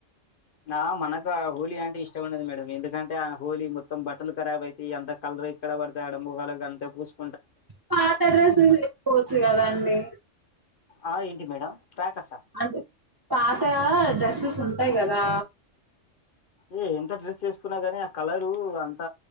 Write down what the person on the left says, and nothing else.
నా మనక హోలీ అంటి ఇష్ట ఉండదు మేడం ఎందుకంటే ఆ హోలీ మొత్తం బట్టలు కారభైతాయి. అంత కలర్ ఎక్కడ పడితే అక్కడ మొహాలకాంత పుస్.
ఆ ఏంటి మేడం క్రాకర్సా
ఏ ఎంత డ్రెస్ వేసుకున్నా గాని, ఆ కలరు అంత